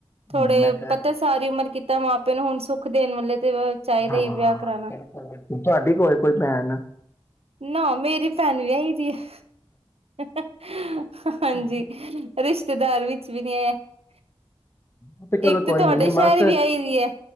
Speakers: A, on the right; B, on the left.
A: ਥੋੜੇ
B: ਹਮ, ਮੈਂ ਕਿਹਾ
A: ਪਤਾ ਸਾਰੀ ਉਮਰ ਕੀਤਾ ਮਾਂ ਪਿਓ ਨੂੰ ਹੁਣ ਸੁੱਖ ਦੇਣ ਵਾਲੇ ਤੇ ਚਾਹੀਦਾ
B: ਹਾਂ
A: ਹੀ ਵਿਆਹ ਕਰਾਉਣਾ
B: ਬਿਲਕੁਲ ਬਿਲਕੁਲ ਤੁਹਾਡੀ ਕੋਲ ਕੋਈ ਭੈਣ
A: ਨਾ ਮੇਰੀ ਭੈਣ ਵਿਆਹੀ ਦੀ ਹੈ ਇੱਕ ਹਾਂਜੀ
B: ਹਮ,
A: ਰਿਸ਼ਤੇਦਾਰ ਵੀ <unintelligible>
B: ਉਹ ਤੇ ਚਲੋ
A: ਇੱਕ ਤਾਂ
B: ਕੋਈ
A: ਤੁਹਾਡੇ
B: ਨੀ
A: ਸ਼ਹਿਰ
B: ਬਸ
A: ਈ ਵਿਆਹੀ ਪਈ ਐ।